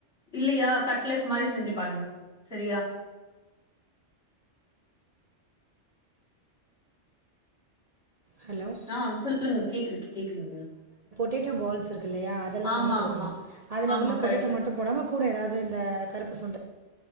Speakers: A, on the left (about 50°); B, on the right (about 40°).
A: இல்லயா கட்லெட் மாரி செஞ்சு பாருங்க செரியா
B: ஹலோ!
A: ஆ சொல்லுங்க கேக்குது கேக்குதுங்க
B: டேட்டோ பால்ஸ்ருக் இல்லயா அதெல்லா
A: ஆமா
B: வந்து குடுக்கலா
A: ஆமா
B: அதுல
A: ஆமா
B: உள்ள பொட்டேட்டோ
A: கரெக்ட்
B: மட்டு போடாம கூட ஏதாது இந்த கருப்பு சுண்ட